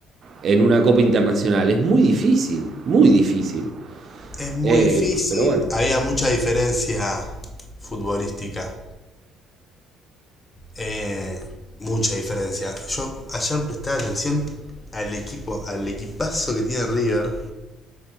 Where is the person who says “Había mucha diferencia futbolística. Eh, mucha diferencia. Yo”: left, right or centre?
Left